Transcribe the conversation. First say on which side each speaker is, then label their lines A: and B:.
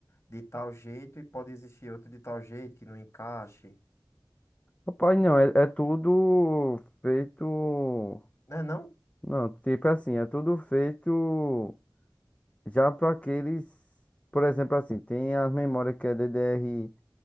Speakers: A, on the left; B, on the left.
A: de tal jeito e pode existir outra de tal jeito que não encaixe.
B: Rapaz, não, é, é tudo feito.
A: Não é não?
B: Não, tipo assim, é tudo feito já para aqueles, por exemplo, assim, tem as memórias que é DDR,